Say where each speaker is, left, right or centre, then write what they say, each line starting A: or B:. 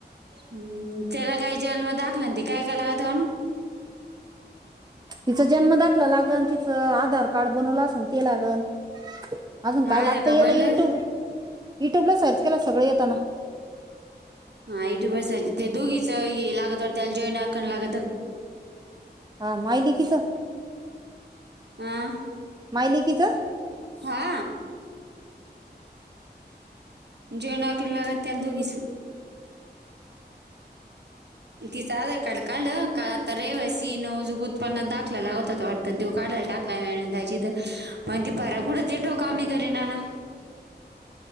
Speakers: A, on the right; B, on the right.
A: हम् त्याला काही जेल म दाखलं ते काय काय लागत म्हण
B: तिचा जन्म दाखला लागन तिचं आधार कार्ड बनवलं असेन ते लागन अजून काय
A: आधार
B: लागतं
A: कार्ड
B: याला
A: बनलं
B: युट्यूब युट्यूबला सर्च केला सगळ येताना
A: हा युट्युबर्स ते दोघीच हे लागत त्याला जॉईन आकण लागत
B: हा माहिली किस
A: हं
B: मायले कीचा
A: हा जेवन हकला लागत अल दुगसू तिचं आधार कार्ड काढलं का आता रेव्या सीन उजूग उत्पन्ना दाखय लागवत होता वाटत तर तो काढायला टाकलाय मिळ त्याची तर पण ती परा कुठंच ठोका म करीन ना